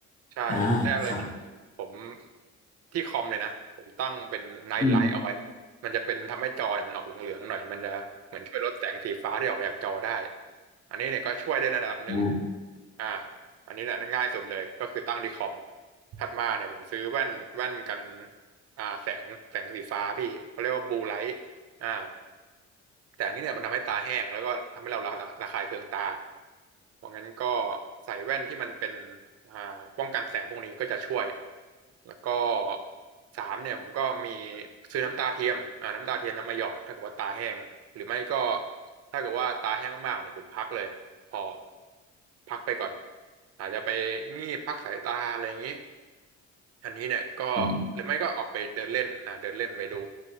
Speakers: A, on the right; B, on the left.
A: ใช่แรกเลยหนึ่งผม
B: อ่าครับ
A: ที่คอมเลยนะผมตั้งเป็น Night
B: อืม
A: Light เอาไว้มันจะเป็นทำให้จอเนี่ยมันออกเหลืองๆหน่อยมันจะเหมือนช่วยลดแสงสีฟ้าที่ออกมาจากจอได้อันนี้เนี่ยก็ช่วยได้ในระดับหนึ่ง
B: อืม
A: อ่าอันนี้เนี่ยง่ายสุดเลยก็คือตั้งที่คอมถัดมาเนี่ยผมซื้อแว่นแว่นกันอ่าแสงแสงสีฟ้าพี่เขาเรียกว่า Blue Light อ่าแต่อันนี้เนี่ยมันทำให้ตาแห้งแล้วก็ทำให้เราระระระคายเคืองตาเพราะงั้นก็ใส่แว่นที่มันเป็นอ่าป้องกันแสงพวกนี้ก็จะช่วยแล้วก็สามเนี่ยผมก็มีซื้อน้ำตาเทียมอ่าน้ำตาเทียมน้ำมาหยอดถ้าเกิดว่าตาแห้งหรือไม่ก็ถ้าเกิดว่าตาแห้งมากๆเนี่ยผมพักเลยพอพักไปก่อนอาจจะไปงีบพักสายตาอะไรอย่างนี้ อันนี้เนี่ยก็หรือไม่ก็ออกไปเดินเล่นอ่าเดินเล่นไปดู
B: อืม